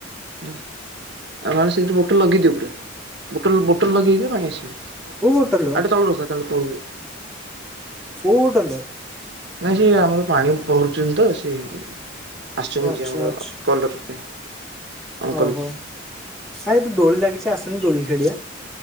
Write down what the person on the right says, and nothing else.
ହେଲା ଆମେ ସେଇଠି ବୋଟଲ ଲଗେଇଦିବ ପୁରା ବୋଟଲ ବୋଟଲ ଲଗେଇଦିଅ ପାଣି ଆସିବ।
ଆଉ ଟିକେ ତଳୁ ରଖ ତଳୁ ତଳକୁ।
ନାଇଁ ସେ ଆମର ପାଣି ପହରୁଛନ୍ତି ତ ସେଇ ଆସୁଛନ୍ତି
ଯେ ଆମର
କଲର ପାଇଁ। ଅଙ୍କଲ